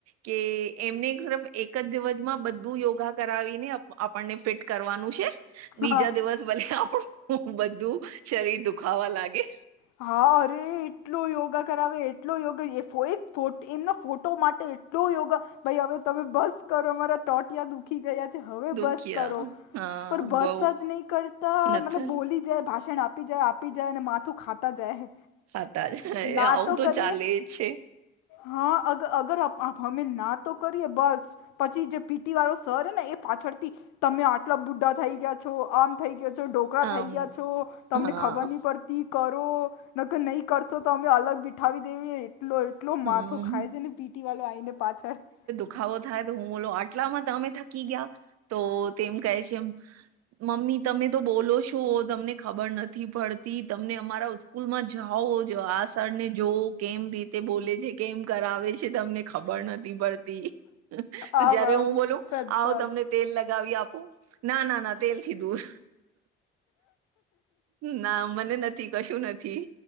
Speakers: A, on the right; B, on the left.
A: કે એમને તરફ એક જ દિવસમાં બધું યોગા કરાવીને આપણને ફિટ કરવાનું છે.
B: હા
A: બીજા દિવસ ભલે આપણું બધું શરીર દુખાવા લાગે.
B: હા. અરે એટલો યોગા કરાવે એટલો યોગા એ એક ફો એમના ફોટો માટે એટલો યોગા. ભાઈ હવે તમે બસ કરો મારા ટોટિયા દુખી ગયા છે હવે
A: દુખ્યા
B: બસ કરો.
A: હા
B: પર બસ
A: બઉ
B: જ નહીં કરતા
A: નથન
B: મતલબ બોલી જાય ભાષણ આપી જાય આપ આપી જાય માથું ખાતા જાય,
A: ખાતા જાય
B: ના
A: આવું
B: તો કરીએ.
A: ચાલે જ છે
B: હા અગ અગર હમે ના તો કરીએે બસ. પછી જે પીટી વાળો સર હે ને એ પાછળથી, તમે આટલા બુઢા થઈ ગયા છો આમ થઈ ગયા છો ઢોકળા
A: આમ
B: થઈ ગયા છો, તમને
A: હા
B: ખબર નહી પડતી. ની કરો ને કે નહીં કરશો તો અમે અલગ બિઠાવી દેવી એટલો- - એટલો માથો
A: હમ
B: ખાય છે ને પીટી વાળો આઈને પાછળ- -
A: ખાવો થાય તો હું બોલો આટલામાં તમે થકી ગયા તો તેમ કહે છે એમ? મમ્મી તમે તો બોલો છો તમને ખબર નથી પડતી તમને અમારા- - સ્કૂલ માં જાઓ આ સર ને જોવો કેમ- - તે બોલે છે કેમ કરાવે છે તમને ખબર નથી પડતી- તો
B: આમ
A: જયારે
B: આમ
A: હું બોલ
B: બધા
A: આવો તમને-
B: જ
A: તેલ લગાવી આપો ના ના ના તેલ થી દૂર. ના મને નથી- - કશું નથી